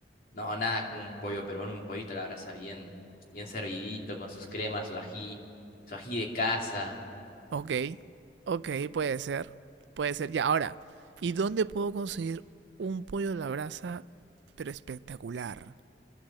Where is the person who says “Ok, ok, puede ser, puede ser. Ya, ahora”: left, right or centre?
Right